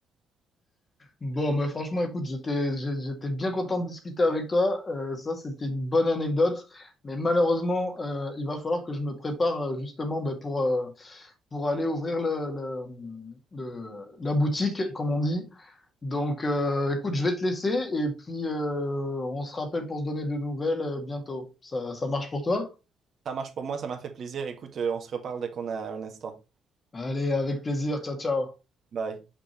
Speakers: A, on the left; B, on the right.
A: Bon, mais franchement, écoute, j'étais, j'ai- j'étais bien content de discuter avec toi. Euh, ça, c'était une bonne anecdote, mais malheureusement, euh, il va falloir que je me prépare euh, justement ben, pour euh, pour aller ouvrir le, le- le- la boutique, comme on dit. Donc, euh, écoute, je vais te laisser et puis euh, on se rappelle pour se donner de nouvelles euh, bientôt. Ça, ça marche pour toi?
B: Ça marche pour moi, ça m'a fait plaisir. Écoute, euh, on se reparle dès qu'on a un instant.
A: Allez, avec plaisir. Ciao, ciao.
B: Bye.